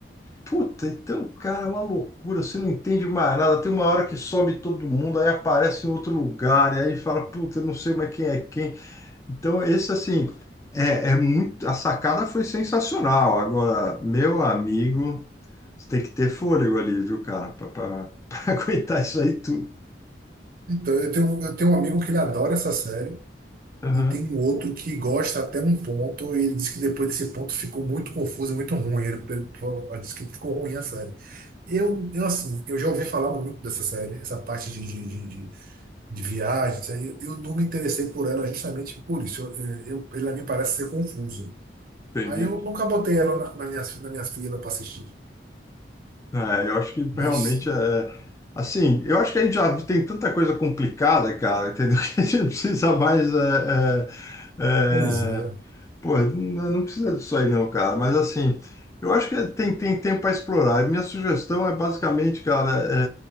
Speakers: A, on the left; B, on the right.
A: Puta, então, cara, é uma loucura, você não entende mais nada. Tem uma hora que sobe todo mundo, aí aparece em outro lugar, e aí fala, puta, eu não sei mais quem é quem. Então, esse assim, é, é muito. A sacada foi sensacional. Agora, meu amigo, você tem que ter fôlego ali, viu, cara, para <laughs> aguentar isso aí tudo.
B: Então, eu tenho, eu tenho um amigo que ele adora essa série
A: Aham,
B: e tem um outro que gosta até um ponto e ele disse que depois desse ponto ficou muito confuso, muito ruim. Ele, ele falou- "Ah, disse que ficou ruim a série. Eu, eu, assim, eu já ouvi falar muito dessa série, essa parte de, de, de, de- de viagem, isso aí. Eu não me interessei por ela justamente por isso. Eu, eh, eu, ela me parece ser confuso.
A: entendi.
B: Aí eu nunca botei ela na, na minha, na minha fila para assistir.
A: É, eu acho que
B: Mas,
A: realmente é. Assim, eu acho que a gente já tem tanta coisa complicada, cara, entendeu? <laughs> Que a gente não precisa mais. É, é,
B: pois é.
A: é, pô, não, não precisa disso aí, não, cara. Mas assim, eu acho que tem, tem tempo para explorar. E minha sugestão é basicamente, cara,